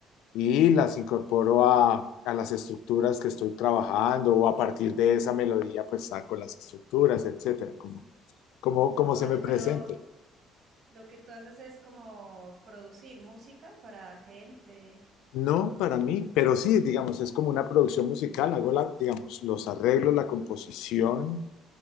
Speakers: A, on the left; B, on the right.
A: y las incorporo a, a las estructuras que estoy trabajando o a partir de esa melodía, pues saco las estructuras, etcétera, como, como,
B: Ah,
A: como se
B: vale,
A: me presente.
B: pero lo que tú haces es como producir música para gente,
A: No para mí, pero sí, digamos, es como una producción musical, hago la, digamos, los arreglos, la composición,